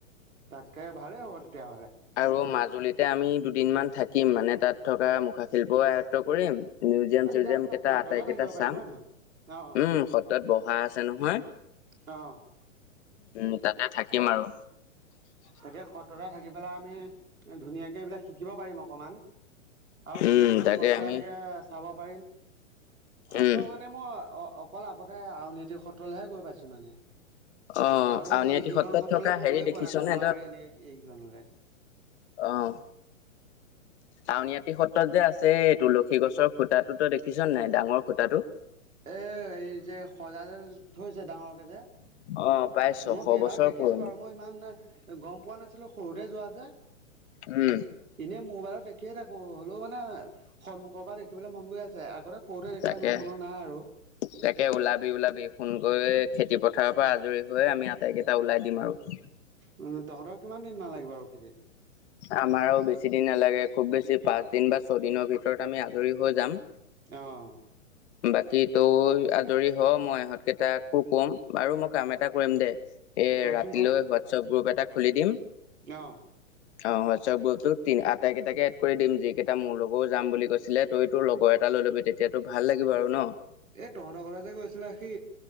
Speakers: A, on the right (about 85°); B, on the left (about 55°).
A: তাকে ভালে হ'ব তেতিয়াহ'লে।
B: আৰু মাজুলীতে আমি দুদিনমান থাকিম মানে তাত থকা মুখাশিল্পও আয়ত্ব কৰিম। মিউজিয়াম
A: অ তেতিয়া
B: চিউজিয়াম
A: আমি তাত
B: কেইটা
A: সত্ৰতে
B: আটাই
A: থাকিব
B: কেইটা
A: পাৰিম
B: চাম,
A: হয় নহয় অ অ
B: উম, সত্ৰত বহা আছে নহয়।
A: অ',
B: উম, তাতে থাকিম আৰু।
A: তাকে সত্ৰতে থাকি পেলাই আমি, ধুনীয়াকে এইবিলাক শিকিব পাৰিম অকমান। আৰু গোটেইকেইখন
B: উম তাকে
A: সত্ৰ
B: আমি
A: এনেকে চাব পাৰিম। সত্ৰ
B: উম,
A: মানে মই অ অকল আগতে আউনীআটী সত্ৰলৈহে গৈ পাইছো মানে।
B: অ,
A: আৰু
B: আউনীআটী
A: ইগিখন
B: সত্ৰত
A: সত্ৰলে
B: থকা
A: মই
B: হেৰি
A: গৈয়ে
B: দেখিছনে
A: পোৱা নাই কমলাবাৰী এনেকে এইকেইখনলে।
B: অহ। আউনআটি সত্ৰত যে আছে, তুলসী গছৰ খুটাটো ত‌ই দেখিছ নাই ডাঙৰ খুটাটো?
A: এ এই যে সজাই যে থৈছে ডাঙৰকে যে,
B: অ, প্ৰায় ছশ
A: মই সেইভাগ
B: বছৰ
A: দেখিছো
B: পুৰণি।
A: বাৰু মই ইমান গম পোৱা নাছিলো সৰুতে যোৱা যে।
B: উম,
A: এনেই মোবাইলত দেখিয়ে থাকো, হ'লেও মানে সন্মুখৰ পৰা দে দেখিবলৈ মন গৈ আছে, আগতে সৰুতে দেখা
B: তাকে
A: ইমান মনত নাই আৰু।
B: তাকে ওলাবি ওলাবি ফোনকৈ খেতি পথ থাৰৰ পৰা আজৰি হৈ আমি আটাইকেইটা ওলাই দিম আৰু।
A: উম তহঁতৰ কিমান দিন মান লাগিব আৰু খেতিত
B: আমাৰও বেছি দিন নালা গে। খুব বেছি পাঁচ দিন বা ছয় দিনৰ ভিতৰত আমি আজৰি হৈ যাম।
A: অঁ।
B: বাকী ত‌ই আজৰি হ, মই ইহঁতকেইটাকো ক'ম। আৰু মই কাম এটা কৰিম দে। এ
A: কচোন
B: ৰাতিলৈ হোৱাটছআপ গ্ৰুপ এটা খুলি দিম।
A: অঁ।
B: অ হোৱাটছআপ গ্ৰুপটোত তি আটাইকেইটাকে এড কৰি দিম, যিকেইটা মোৰ লগৰ ও যাম বুলি কৈছিলে। ত‌ই তোৰ লগৰ এ টা লৈ ল'বি তেতিয়াতো ভাল লাগিব আৰু ন।
A: এই তহঁতৰ ঘৰলে যে গৈছিলে সি